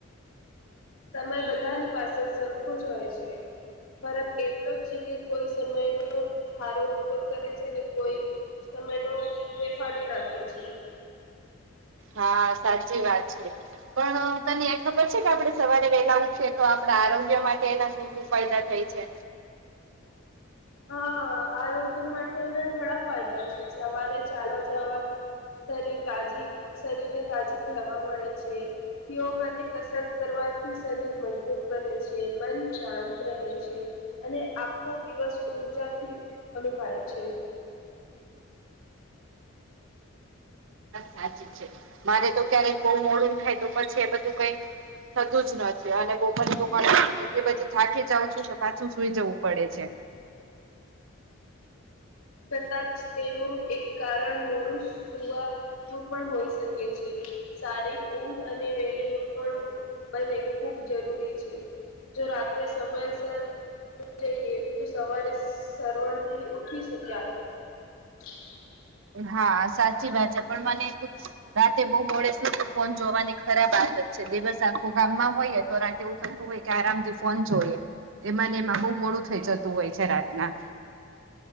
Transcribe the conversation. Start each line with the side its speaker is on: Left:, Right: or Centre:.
Left: સમય બધાની પાસે સરખો જ હોય છે. ફરક એટલો જ છે કે કોઈ સમયનો. સારો ઉપયોગ કરે છે ને કોઈ સમય ન વેફારી રાખે છે.
Right: હા સાચી વાત છે. પણ તને એ ખબર છે કે આપડણે સવારે વેલા ઉઠીએ તો આપણા આરોગ્ય માટે એના શ. પેદા થઈ છે.
Left: હા આરોગ્ય માટે એના ઘણા ફાયદા છે સવારે ચાલવા જવાથી. શરીર તાજી શરીર ને તાજી હવા મળે છે. યોગ અને કસરત કરવાથી શરીર મજબૂત બને છે મન શાંત રહે છે. અને આખો દિવસ ઉઊર્જાથી અનુભવે છે.
Right: સાચી છે મારે તો ક્યારેક બહ મોડું થાય તો પછી એ બધું કઈ થતું જ નથી અને બપર એ બધી થાકી જઉં છું ને પાછું સુઈ જવું પડે છે.
Left: કદાચ તેનું એક કારણ મોડું સુવા હું પણ હોઈ શકે છે સારી ઊંઘ અને વેલી ઉઠવાણું બને ખૂબ જરૂરી છે. જો રાત્રે સમયસર જઈએ તો સવારે સરવડ થી ઉઠી શ્યા <inaudible>
Right: હા સાચી વાત છે પણ મને એક રાતે બહુ મોે સુધી ફોન જોવાની ખરાબ આદત છે દિવસ આખું ગામમાં હોયએ તો રાતે થતું હોય કે આરામથી ફોન જોઈએ એમાંને એમાં બહુ મોડું થઈ જતું હોય છે રાતના